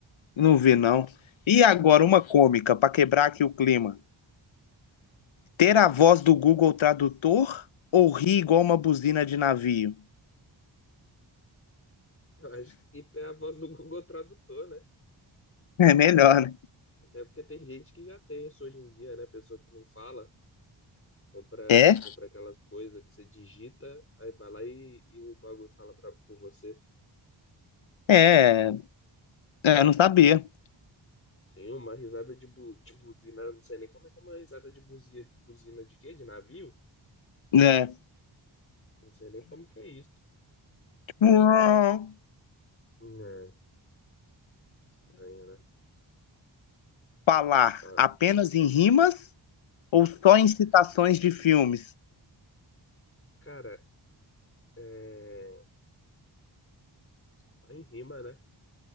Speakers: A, on the left (about 75°); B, on the left (about 25°).
A: não vi, não. E agora,
B: no último.
A: uma cômica, pra quebrar aqui o clima. Ter a voz do Google Tradutor ou rir igual uma buzina de navio?
B: Eu acho que tem a voz do Google Tradutor, né?
A: É melhor, né?
B: Até porque tem gente que já tem isso hoje em dia, né? Pessoa que não fala, compra,
A: É?
B: compra aquelas coisas que você digita, aí vai lá e, e o bagulho fala pra, por você.
A: É, é, eu não sabia.
B: Mas Sim, uma risada de, bu de buzina, não sei nem como é que é uma risada de buzia buzina de quê? De navio?
A: né?
B: Não sei nem como que é isso.
A: <coughs> Hum,
B: Hum, É, estranho, né?
A: Falar
B: Ó,
A: apenas em rimas ou só em citações de filmes?
B: cara, é... só em rima, né?